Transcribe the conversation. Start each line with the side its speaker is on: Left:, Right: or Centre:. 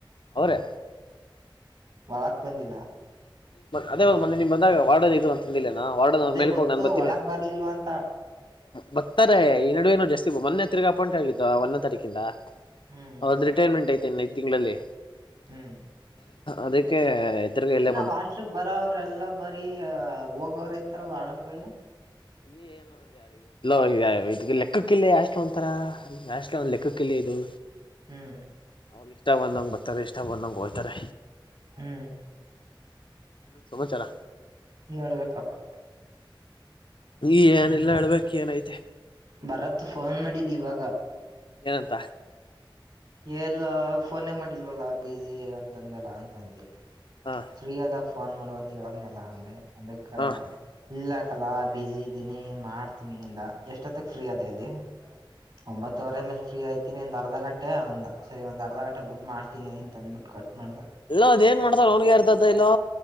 Left: ಅವರೇ
Right: ವಳಾಕ್ ಪ ದಲ್ಲ
Left: ಅದೇ ನಿಮ್ ಬಂದಾಗ ವಾರ್ಡನ್ ಇದು ಅಂತಂದಿಲ್ಲನಾ ವಾರ್ಡನ್
Right: ಅದೇ
Left: ಮೇಲ್ಕ
Right: ಗೊತ್ತು
Left: ಹೋಗ್ ನಾನನ್ ಬರ್ತಿನನೆ
Right: ಒಳಗ್ ಬರ್ಲಿಲ್ವಾ ಅಂತ
Left: ಬರ್ತಾರೆ ಈ ನಡುವೆೇನು ಜಾಸ್ತಿ ಮೊೆ ಹಿಗ ಅಪಾಯಿಂಟ್ ಆಗಿದ್ದು ಒಂದೇ ತಾರೀಕಿಂದ
Right: ಹ್ಮ್
Left: ಅವದ್ ರಿಟೈರ್ಮೆಂಟ್ ಐ್ತೆನೆಐ್ ತಿಂಗಳಲ್ಲಿ
Right: ಹ್ಮ್
Left: ಅದಕ್ಕೆ ಇತ್ರ ಕ ಎಲ್ಲ
Right: ವಾಷ್ರ ಬರ ಅವ್ರೆಲ್ಲಾ ಬರಿೀ ಹೋಗವ್ರ ಐತಾರ ವಾಡನ್ಗಳು
Left: ಈಏ ಯ ಲೆಕ್ಕಕ್ಕಿಿಲ್ಲ ಯಾಸ್ಲ ಒಂತರ ಯಾಸ್ಲ ಒ ಲೆಕ್ಕಕ್ಕಿಲ್ಲ ಇದು
Right: ಹ್ಮ್
Left: ಅವ್ರಿಗೆ ಇಷ್ಟ ಬಂದಂಗೆ ಬರ್ತಾರೆ ಇಷ್ಟ ಬಂದಂಗೆ ದ್ತಾರೆ
Right: ಹ್ಮ್
Left: ಇ ಸಮಾಚಾರ
Right: ಹೇಳ್ಬೇಕಪ್ಪ
Left: ನೀ ಏನಲ್ಲ
Right: ಹ್ಮ್
Left: ಹೇಳ್ಬೇಕಕ್ ಏನಐತೆ
Right: ಭರತ್ ಫೋನ್ ಮಾಡಿದ್ ಇವಾಗ
Left: ಏನಂತ
Right: ಎಲ್ಲ ಫೋನೇ ಮಾಡಿಲ್ವಲ್ಲ ಬಸಿ ಅಂತಂದಲ್ಲ ಅಂತಂದಿ
Left: ಹ
Right: ಫ್ರೀ ಆದಾಗ ಫೋನ್ ಮಾಡುವ ಅಂತ ಹೇಳದ್ನಲ್ಲ ಅಂದೆ ಅದಕ್ಕ
Left: ಹ
Right: ಇಲ್ಲಾಕಲ್ಲ ಬಿಜಿ ಇದ್ದೀನಿ ಮಾಡ್ತೀನಿ ಅಂದ ಎಷ್ಟೊತ್ತಕ್ ಫ್ರೀ ಆದೆ ಅಂದೆ ಒಂಬತ್ತುವರೆ ಮೇಲೆ ಫ್ರೀ ಆಯ್ತು ಇಿನಿ ಅರ್ಧ ಗಂಟೆ ಒಂದ ಸರಿ ಒಂದ ಅರ್ಧ ಗಂಟೆ ಬುಟ್ಟ ಮಾಡ್ತೀನಿ ಅಂತ ಅಂದ್ಬಿಟ್ಟ ಕಟ್ ಮಾಡ್ದ
Left: ಇಲ್ಲ ಅದ ಏನ್ ಮಾಡ್ತಾರ ಅವ್ನಗ ಅರ್ಥತ ಇಲ್ಲಾ